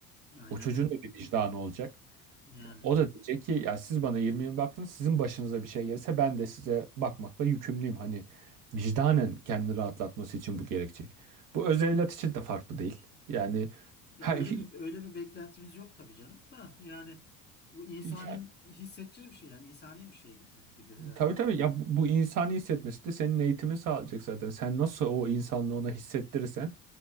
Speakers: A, on the left; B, on the right.
A: Aynen
B: O çocuğun
A: öyle.
B: da bir vicdanı olacak.
A: Yani
B: O da diyecek ki ya siz bana 20 yıl baktınız sizin başınıza bir şey gelirse ben de size bakmakla yükümlüyüm. Hani vicdanen kendini rahatlatması için bu gerekecek. Bu öz evlat için de farklı değil. Yani
A: ya
B: ha,
A: öyle
B: ya,
A: bir öyle bir beklentimiz yok tabii canım da yani bu insanın
B: ya-
A: hissedeceği bir şey yani insani bir şey gibi, gibi herhalde.
B: tabii tabii ya bu, bu insani hissetmesi de senin eğitimin sağlayacak zaten. Sen nasıl o insanlığı ona hissettirirsen